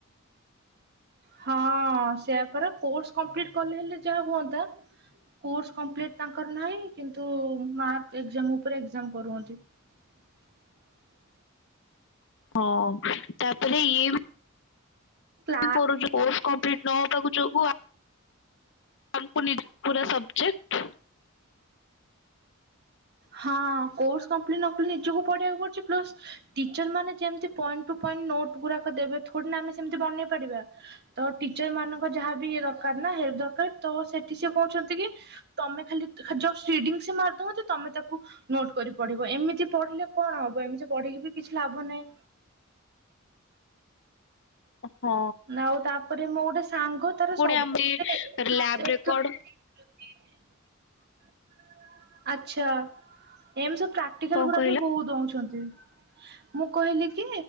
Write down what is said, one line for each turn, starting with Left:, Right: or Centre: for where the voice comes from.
Right: ହଁ ସେୟା ପରା କୋର୍ସ କମ୍ପିଲିଟ କଲେ ହେଲେ ଯାହା ହୁଅନ୍ତା। କୋର୍ସ କମ୍ପଲିଟି ତାଙ୍କର ନାହିଁ କିନ୍ତୁ ମାର୍କ ଏକ୍ସଯାମ ଉପରେ ଏକ୍ସଯାମ କରୁଅନ୍ତି। <unintelligible>
Left: ହଁ ତାପରେ ଏଇବି
Right: କ୍ଲା
Left: କରୁଛୁ କୋର୍ସ କମ୍ପ୍ଲିଟ ନହବାକୁ ଯୋଗୁ ଆ ଆମକୁ ନିଜ ପୁରା ସବଜେକ୍ଟ
Right: ହଁ କୋର୍ସ କମ୍ପ୍ଲିଟ ନକଲେ ନିଜକୁ ପଢିବାକୁ ପଡୁଚି ପ୍ଲସ ଟିଚର ମାନେ ଯେମିତି ପଏଣ୍ଟ ଟୁ ପଏଣ୍ଟ ନୋଟ ଗୁଡାକ ଦେବେ ଥୋଡିନା ଆମେ ସେମିତି ବନେଇ ପାରିବା ତ ଟିଚର ମାନଙ୍କ ଯାହା ବି ଇ ଦରକାର ନା ଦରକାର ତ ସେଠି ସେ କହୁଛନ୍ତି କି ତମେ ଖାଲି ଯଷ୍ଟ ରିଡିଙ୍ଗ ସେ ମାରି ଦଉଚି ତମେ ତା ନୋଟ କରି ପଢିବ ଏମିତି ପଢିଲେ କଣ ହବ ଏମିତି ପଢିକି ବି କିଛି ଲାଭ ନହିଁ।
Left: ହଁ
Right: ଆଉ ତାପରେ ମୁଁ ଗୋଟେ ସାଙ୍ଗ ତାର
Left: ପୁଣି
Right: ସବୁଥିରେ
Left: ଆମରି ଲ୍ୟାବ
Right: ଏ <unintelligible>
Left: ରେକର୍ଡ
Right: ଆଛା ଏମ ସବ ପ୍ରାକ୍ଟିକାଲ
Left: କଣ
Right: ଗୁଡାକ
Left: କହିଲ
Right: ବି ବହୁତ ଦଉଛନ୍ତି ମୁଁ କହିଲି କି?